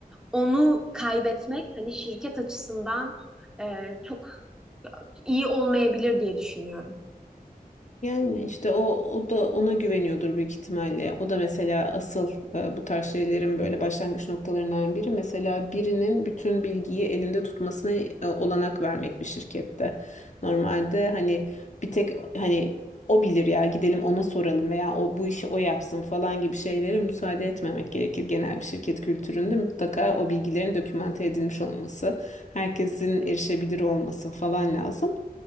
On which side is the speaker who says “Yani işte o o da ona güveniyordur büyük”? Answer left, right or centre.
Left